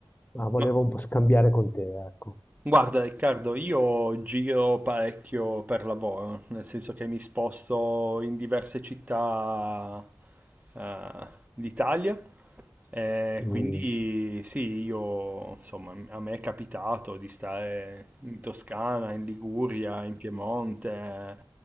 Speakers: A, on the left (about 20°); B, on the right (about 20°).
A: Ma volevo
B: Ma
A: un po' scambiare con te, ecco.
B: guarda Riccardo, io giro parecchio per lavoro, nel senso che mi sposto in diverse città eh, d'Italia, eh,
A: Mm,
B: quindi sì, io insomma, a me è capitato di stare in Toscana, in Liguria, in Piemonte,